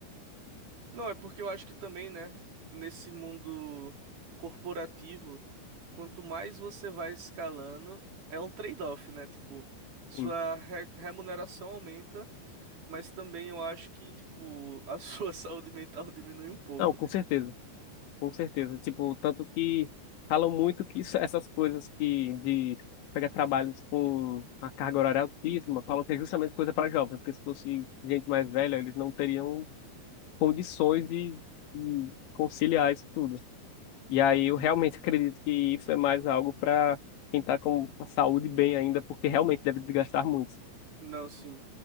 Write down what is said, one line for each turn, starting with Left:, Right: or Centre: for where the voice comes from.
Right: Não, é porque eu acho que também, né, nesse mundo corporativo, quanto mais você vai escalando, é um trade-off, né? Tipo, sua
Left: Sim.
Right: re- remuneração aumenta, mas também eu acho que, tipo, a <laughs> sua saúde mental diminui um pouco.
Left: Não, com certeza. Com certeza. Tipo, tanto que falam muito que isso- essas coisas que de pegar trabalhos com a carga horária altíssima, falam que é justamente coisa para jovem, porque se fosse gente mais velha, eles não teriam condições de, de conciliar isso tudo. E aí eu realmente acredito que isso é mais algo para quem está com a saúde bem ainda, porque realmente deve desgastar muito.
Right: Não, sim.